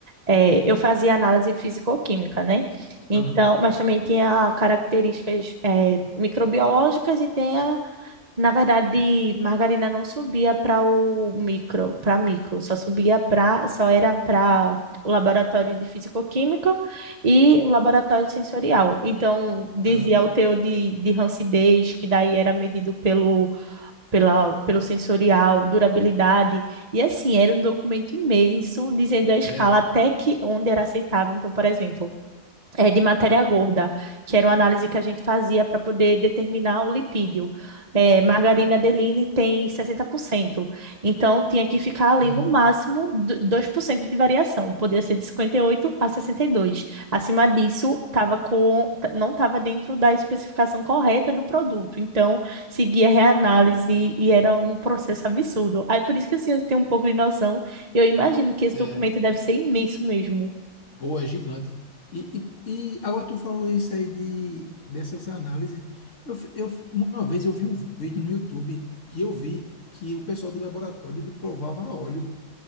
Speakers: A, on the right; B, on the left.
A: eh, eu fazia análise físico-química, né? Então,
B: Aham,
A: mas também tinha características, eh, microbiológicas e tinha, na verdade, margarina não subia para o micro, para micro, só subia para, só era para o laboratório de físico-química e o laboratório sensorial. Então, dizia
B: aham,
A: o teor de, de rancidez, que daí era medido pelo pela, pelo sensorial, durabilidade. E assim, era um documento imenso, dizendo a escala
B: é,
A: até que onde era aceitável. Então, por exemplo, é, de matéria gorda, que era uma análise que a gente fazia para poder determinar o lipídio. É, margarina Adeline tem 60%, então tinha que ficar ali
B: aham,
A: no máximo do- 2% de variação, podia ser de 58 a 62. Acima disso, tava com, t- não estava dentro da especificação correta do produto, então seguia reanálise e era um processo absurdo. Aí por isso que assim, eu tenho um pouco de noção, eu imagino que esse
B: é.
A: documento deve ser imenso mesmo.
B: Pô, é gigante. E, e, e agora tu falou isso aí de, dessas análises. Eu, f- eu, f- uma vez eu vi um vídeo no YouTube que eu vi que o pessoal de laboratório ele provava óleo,